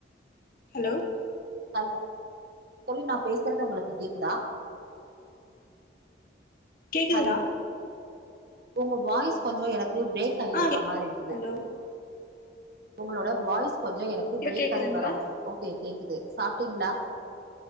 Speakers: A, on the left; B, on the right.
A: ஹலோ
B: கல்ல தோழி நா பேசுறது உங்களுக்கு கேக்குதா
A: கேக்குதுங்களா
B: ஹலோ உங்க வாய்ஸ் கொஞ்சோ எனக்கு பிரேக் கை
A: ஆ
B: வர மாரி இருக்குது
A: ஹலோ
B: உங்களோட வாய்ஸ் கொஞ்சோ எனக்கு
A: ஐயோ
B: பிரேக்
A: கேக்குதுங்களா
B: ஆயி வர மா ஓகே கேக்குது சாப்டீங்களா